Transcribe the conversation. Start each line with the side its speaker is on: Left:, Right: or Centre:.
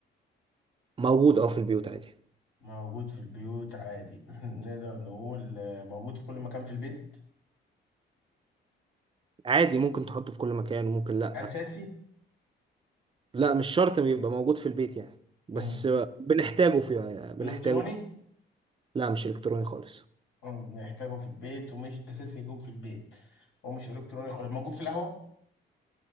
Right: موجود اه في البيوت عادي
Left: موجود في البيوت عادي <laughs> <clears throat> نقدر نقول آه، موجود في كل مكان في البيت
Right: عادي ممكن تحطه في كل مكان وممكن لأ
Left: أساسي
Right: لا مش شرط يبقى موجود في البيت يعني بس
Left: مم.
Right: بنحتاجه في بنحتاجه
Left: إلكتروني
Right: لا مش الكتروني خالص
Left: مم، نحتاجه في البيت ومش أساسي يكون في البيت ومش إلكتروني خالص موجود في القهوة